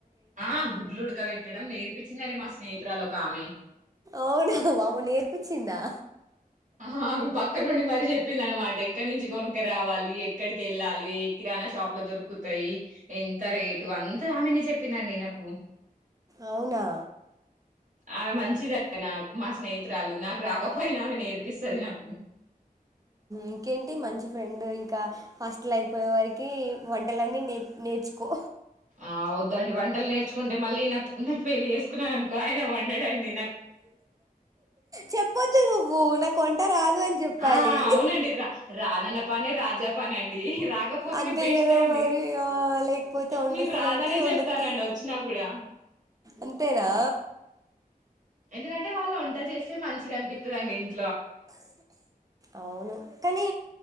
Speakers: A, on the right; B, on the right.
A: ఆ గుడ్లు ఉడక పెట్టడం నేర్పించిందండి మా స్నేహితురాలు ఒక ఆమె
B: అవునా మామ నేర్పించిందా
A: ఆ పక్క నుండి మరి చెప్పింది అనమాట ఎక్కడి నుంచి కొనుక రావాలి ఎక్కడికి వెళ్ళాలి ఎక్కి నా షాపు లో దొరుకుతాయి ఎంత రేటు అంత ఆమెని చెప్పిందండి నాకు
B: అవునా
A: ఆమె మంచిదీ నాకు మా స్నేహితురాలు నాకు రాకపోయినా ఆమె నేర్పిస్తది నాకు
B: ఇంకేంటి మంచి ఫ్రెండ్ ఇంకా హాస్టల్ అయిపోయే వారికి వంటలన్నీ నే నేర్చుకో
A: ఆ వదడి వంటలు నేర్చుకుంటే మళ్ళీ నాకు నాకు పెళ్లి చేేసుకున్నా అనుకో ఆయన వండాడండి
B: చెప్పొద్దు నువ్వు నాకు వంట రాదు అని చెప్పాలి
A: ఆ అవునండి రా రాధన్న పానే రాజాపానేండి రాకపోతేనే
B: అంతే
A: బెస్ట్
B: కదా
A: అండి
B: మరి ఆ లేకపోతే వండొస్తదంటే
A: నేను రాదనే
B: వండొత్తది
A: చెప్తానండి వచ్చినా కూడా
B: అంతేనా
A: ఎందుకంటే వాళ్ళు వంట చేస్తే మంచిగా కనిపిస్తుందిండి ఇంటి
B: అవును కానీ